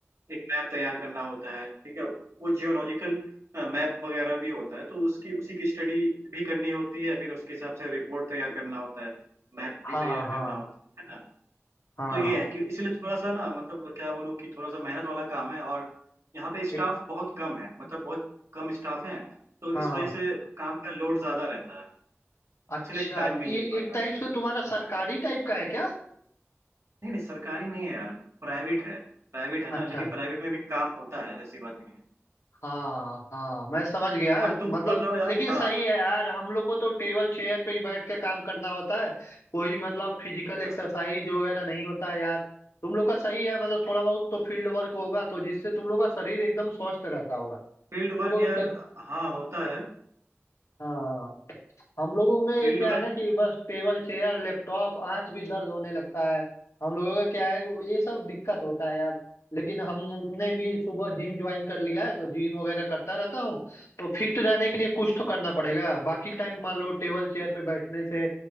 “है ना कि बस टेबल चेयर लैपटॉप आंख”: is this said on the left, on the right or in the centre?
Left